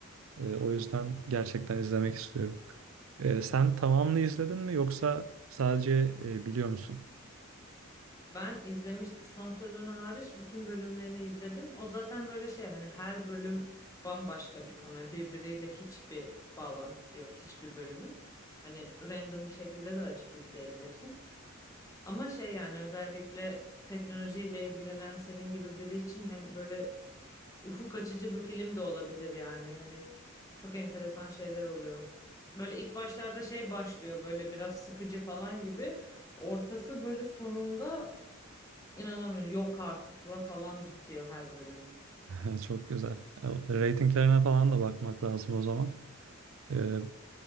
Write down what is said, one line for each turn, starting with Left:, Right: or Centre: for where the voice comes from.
Right: E, O yüzden gerçekten izlemek istiyorum. E, Sen tamamını izledin mi yoksa sadece e, biliyor musun?
Left: Ben izlemiştim. Son sezonu hariç bütün bölümlerini izledim. O zaten böyle şey hani her bölüm bambaşka bir konu. Yani Birbiriyle hiçbir bağlantısı yok hiçbir bölümün. Hani random bir şekilde de açıp izleyebilirsin. Ama şey yani özellikle teknolojiyle ilgilenen senin gibi biri için hem böyle ufuk açıcı bir film de olabilir yani. Hani çok enteresan şeyler oluyor. Böyle ilk başlarda şey başlıyor böyle biraz sıkıcı falan gibi. Ortası böyle sonunda İnanamıyorum. Yok artıkla falan bitiyor her bölümü.
Right: <laughs> Çok güzel. E, Ratinglerine falan da bakmak lazım o zaman. E, <clears throat>